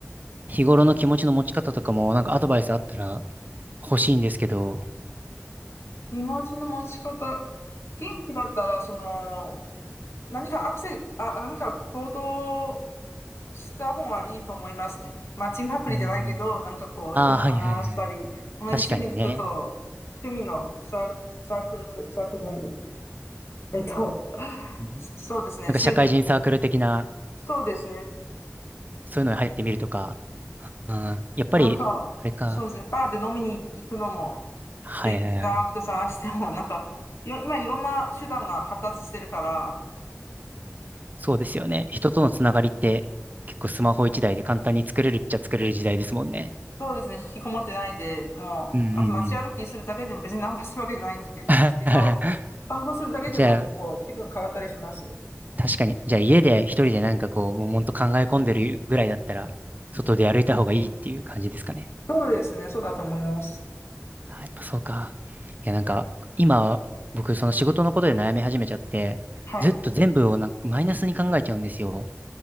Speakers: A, on the right; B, on the left.
A: 日頃の気持ちの持ち方とかも、なんかアドバイスあったら欲しいんですけど、
B: 気持ちの持ち方。元気だったら、その、何かアクセ、あ、何か行動した方がいいと思いますね。マッチングアプリじゃないけど、
A: うん。
B: なんかこう、
A: ああ、
B: 人と話したり、
A: はいはいはい。
B: 同じ趣味の人と、
A: 確かにね。
B: 趣味のサー、サークル、サークルじゃない、えっと、
A: うん
B: そそうですね、
A: なんか社会人サークル的な、
B: 趣味、そうですね、
A: そういうのに入ってみるとか、あーやっぱり、
B: なんか、
A: あれか、
B: そうですね、バーで飲みに行くのも、
A: はいはいはい。
B: で、気が合う人探しても、なんか、いろ今いろんな手段が発達してるから、
A: そうですよね。
B: と
A: 人とのつながりって結構スマホ一台で簡単に作れるっちゃ作れる時代ですもんね。
B: そうですね、引きこもってないで、もう、
A: うんうんうん。
B: あと街歩きするだけでも別にナンパするわけじゃないんですけ、
A: <laughs>
B: ですけど、散歩するだけでも結構気分変わったりしますよ。
A: じゃあ、確かに。じゃあ家で一人でなんかこう、悶々と考え込んでるぐらいだったら、外で歩いた方がいいっていう感じですかね。
B: そうですね、そうだと思います。
A: あやっぱそうか。いやなんか、今、僕その仕事のことで悩み始めちゃって、
B: はい。
A: ずっと全部をなんかマイナスに考えちゃうんですよ。